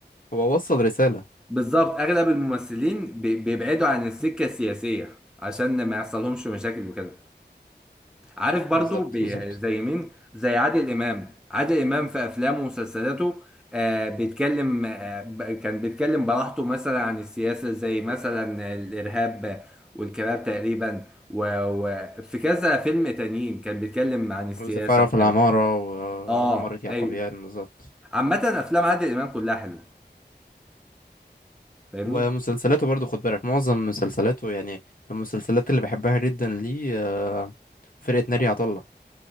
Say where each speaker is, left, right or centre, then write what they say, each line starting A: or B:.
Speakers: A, on the left; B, in the centre.
A: هو وصل رسالة
B: بالظبط أغلب الممثلين بي- بيبعدوا عن السكة السياسية عشان ما يحصلهمش مشاكل وكده عارف برضو
A: بالظبط
B: بي-
A: بالظبط
B: زي مين زي عادل امام عادل امام في افلامه ومسلسلاته آه بيتكلم آه ب- كان بيتكلم براحته مثلا عن السياسه زي مثلا الارهاب والكباب تقريبا وفي كذا فيلم تانيين كان بيتكلم عن السياسه
A: والزفارة
B: وكده
A: في العمارة و-
B: اه
A: وعمارة يعقوبيان
B: ايوه
A: بالظبط
B: عامه افلام عادل امام كلها حلوه فاهمني
A: ومسلسلاته برضو خد بالك معظم مسلسلاته يعني من المسلسلات اللي بحبها جدا ليه آه، فرقة ناري
B: آه.
A: عطا الله